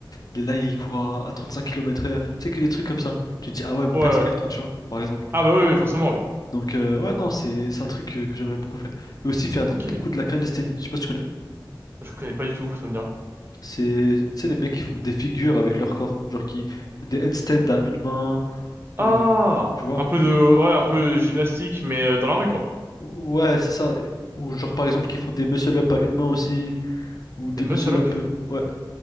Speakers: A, on the left; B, on the right.
A: Il est là, il court à, à cinq kilomètres heure Tu sais que des trucs comme ça. Tu te dis, ah ouais, mon
B: Ouais,
A: père c'est
B: ouais.
A: quelqu'un, tu vois, par exemple.
B: Ah bah oui, oui, forcément, oui.
A: Donc, euh, ouais, non, c'est c'est un truc euh, que, j'aimerais beaucoup faire. Et aussi faire de-
B: Ok,
A: beaucoup de la calisthénie. Je sais pas si tu connais.
B: je connais pas du tout, ça me dit rien.
A: C'est, tu sais, les mecs qui font des figures avec leur corps. Genre qui. Des handstands à une main. Ou.
B: Ah!
A: Tu vois?
B: Un peu de...
A: des-
B: Ouais, un peu gymnastique, mais euh, dans la rue, quoi.
A: Ouais, c'est ça. Ou genre, par exemple, qui font des muscle-up à une main aussi. Ou des
B: Des muscle-up,
A: muscle-up. euh, Ouais.